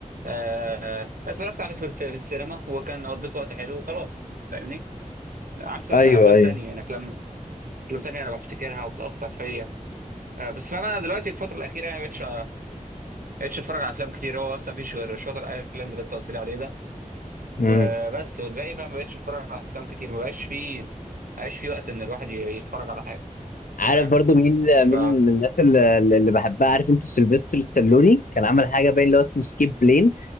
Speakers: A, on the right; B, on the left.
A: آه اتفرجت عليه في في السينما وكان قضيت وقت حلو وخلاص فاهمني عكس مثلا
B: ايوه
A: افلام
B: ايوه
A: تانية يعني افلام افلام تانية انا بفتكرها وبتاثر فيا آه، بس فاهم انا دلوقتي الفتره الاخيره يعني مبقتش مبقتش اتفرج على افلام كتير هو اصلا مفيش غير شاطر ايلاند اللي انت قلت لي عليه ده
B: امم
A: وبس والباقي فاهم مبقتش اتفرج على افلام كتير مبقاش فيه مبقاش فيه وقت ان الواحد ي- يتفرج على حاجه
B: عارف
A: انت فاهم
B: برضو مين
A: ف
B: مين من الناس اللي, اللي بحبها عارف انت سيلفستر ستالوني كان عمل حاجه باين اللي هو اسمه سكيب بلين